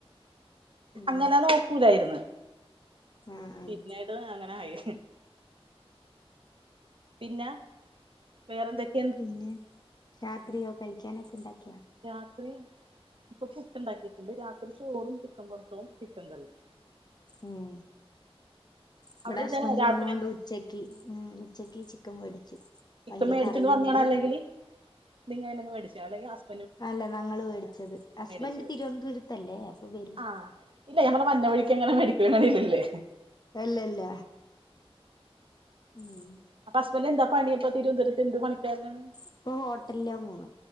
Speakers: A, on the left (about 40°); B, on the right (about 60°).
A: ഉം
B: അങ്ങനെ നോക്കൂലായി ര്ന്ന്
A: ആ ആ
B: പിന്നെ അങ്ങനെയായി പിന്നെ വേറെന്തൊക്ക
A: പിന്നെ രാത്രിയോ കഴിക്കാനൊക്കെ ഇണ്ടാക്കിയാ
B: രാത്രി ഇപ്പൊ പുട്ട് ഉണ്ടാക്കിട്ടുണ്ട് രാത്രി ചോറും ചിക്കൻ വറുത്തതും ചിക്കൻ കറിയും
A: ഉം ഇവിടെ
B: അവിടെ
A: ഹസ്ബൻ്റ്
B: ഇതന്നെ രാത്രി
A: വന്ന് കൊണ്ട് ഉച്ചക്ക് ഉം ഉച്ചക്ക് ചിക്കൻ മേടിച്ചു അപ്പൊ
B: ഇപ്പം
A: അതിന്റെ
B: മേടിച്ചോണ്ട്
A: കറിയുണ്ട്
B: വന്നേണോ അല്ലെങ്കിൽ നിങ്ങള് മേടിച്ച് അല്ലെങ്കിൽ ഹസ്
A: അല്ല ഞങ്ങൾ മേടിച്ചത് ഹസ്ബൻ്റ്
B: മേടിച്ചത്
A: തിരുവനന്തപുരത്തല്ലേ അപ്പൊ വരും
B: ആഹ് ഇല്ല ഞമ്മുട. വന്ന വഴിക്ക് അങ്ങനെ മേടിക്കണല്ലല്ലേ
A: അല്ല അല്ല ഉം
B: അപ്പ ഹസ്ബൻ്റ്. എന്ത പണിയപ്പോ തിരുവനന്തപുരത്ത് എന്ത് പണിക്കാരനാണ്
A: ഇപ്പൊ ഹോട്ടലിലാ പോണു